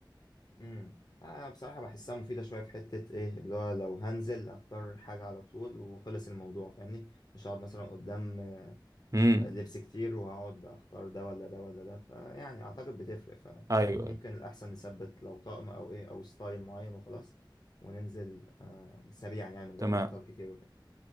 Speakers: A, on the left (about 55°); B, on the right (about 45°).
A: امم انا بصراحه بحسها مفيده شويه في حته ايه اللي هو لو هنزل اختار حاجه على طول وخلص الموضوع فاهمني مش هقعد مثلا قدام
B: امم
A: لبس كتير وهقعد اختار ده ولا ده ولا ده فيعني اعتقد بتفرق فممكن
B: ايوه
A: الاحسن نثبت لو طقم او ايه او ستايل معين وخلاص وننزل آه، سريعا يعني من غير
B: تمام
A: ما نختار كتير وكده